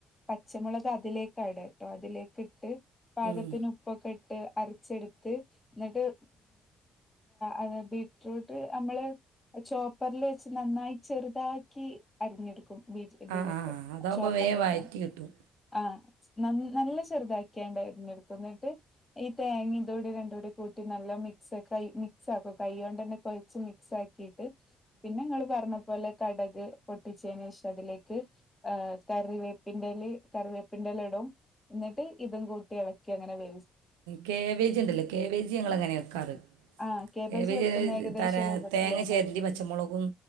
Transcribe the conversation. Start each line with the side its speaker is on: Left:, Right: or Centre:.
Left: പച്ചമുളക് അതിലേക്ക ഇട കേട്ടോ അതിലേക്ക ഇട്ട് പാകത്തിന്
Right: ഉം
Left: ഉപ്പൊക്കെ ഇട്ട് അരച്ചെടുത്ത് എന്നിട്ട് അ ബീറ്റ്റൂട്ട് നമ്മള് ചോപ്പറിൽ വെച്ച് നന്നായി ചെറുതാക്കി അരിഞ്ഞെടുക്കും ബീഫ് ഇതിലിട്ട്
Right: ആ ആ ആ അതാകുമ്പോൾ
Left: ചോപ്പ്
Right: വേഗം
Left: പറലക്ക
Right: വഴറ്റി കിട്ടും
Left: ആഹ ന നല്ല ചെറുതാക്കിയണ്ടായിരുന്നുക്ക എന്നിട്ട് ഈ തേങ്ങ ഇതൂടി രണ്ട കൂടി കൂട്ടി നല്ല മിക്സ് കൈ മിക്സ് ആക്കും കൈ കൊണ്ട് തന്നെ കൊഴച്ച് മിക്സ് ആക്കിട്ട് പിന്നെ നിങ്ങള് പറഞ്ഞ പലെ കടക് പൊട്ടിച്ചതിന് ശേഷം അതിലേക്ക് ഹ കറിവേപ്പിന്റെല കറിവേപ്പിന്റെല ഇടവും എന്നിട്ട് ഇതും കൂട്ടി ഇളക്കി അങ്ങനെ വ
Right: കാവേജ് ഉണ്ടല്ലോ കാവേജ് ഞങ്ങ അങ്ങനെ വെക്കാറ്
Left: ആഹ് കേബേജ്
Right: കേവ
Left: വെക്കുന്ന ഏകദേശ
Right: ത
Left: രൂപത്തിലന്നെ
Right: തേങ്ങ ചേരണ്ടി പച്ചമുളകും